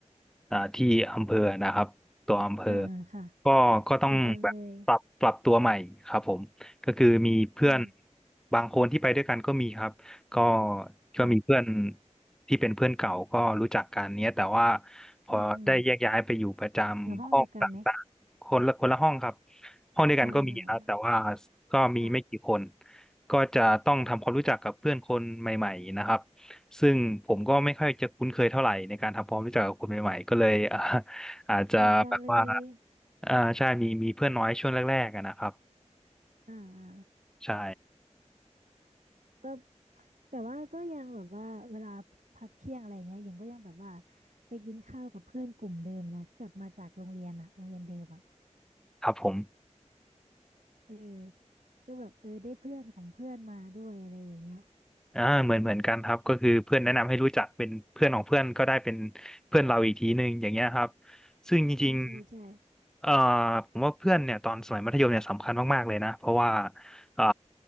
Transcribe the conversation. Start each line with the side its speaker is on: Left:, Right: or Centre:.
Centre: เอ่อที่อำเภอนะครับตัวอำเภอ
Right: อ่าค่ะ
Centre: ก็ก็ต้องแบบปรับปรับตัวใหม่ครับผมก็คือมีเพื่อน
Right: เหมือนกันเลยอืม
Centre: บางคนที่ไปด้วยกันก็มีครับก็
Right: ค่ะ
Centre: ก็มีเพื่อนที่เป็นเพื่อนเก่าก็รู้จักกันเนี้ยแต่ว่า พอได้แยกย้ายไปอยู่ประจำห้องต่างๆคนละคนละห้องครับ
Right: อืมอืมอยู่ห้องเดียวกันไหม
Centre: ห้องเดียวกันก็มีครับแต่ว่า
Right: อ่า
Centre: ก็มีไม่กี่คน
Right: ค่ะ
Centre: ก็จะต้องทำความรู้จักกับเพื่อนคนใหม่ๆนะครับซึ่งผมก็ไม่ค่อยจะคุ้นเคยเท่าไหร่ในการทำความรู้จักกับคนใหม่ๆก็เลย <laughs> อ่าอาจจะแบบว่า
Right: เหมือนกันเลย
Centre: อ่าใช่มีมีเพื่อนน้อยช่วงแรกๆอะนะครับ
Right: อ่าอ่า
Centre: ใช่
Right: ก็แต่ว่าก็ยังแบบว่าเวลาพักเที่ยงอะไรอย่างเงี้ยหญิงก็ยังแบบว่าไปกินข้าวกับเพื่อนกลุ่มเดิมนะที่แบบมาจากโรงเรียนอะโรงเรียนเดิมอะ
Centre: ครับผม
Right: เออก็แบบเออได้เพื่อนของเพื่อนมาด้วยอะไรอย่างเงี้ย
Centre: อ่าเหมือนเหมือนกันครับก็คือเพื่อนแนะนำให้รู้จักเป็นเพื่อนของเพื่อนก็ได้เป็นเพื่อนเราอีกทีหนึ่งอย่างเงี้ยครับซึ่งจริง
Right: ใช่ใช่ใช่
Centre: เอ่อผมว่าเพื่อนเนี่ยตอนสมัยมัธยมเนี่ยสำคัญมากๆเลยนะเพราะว่าเอ่อ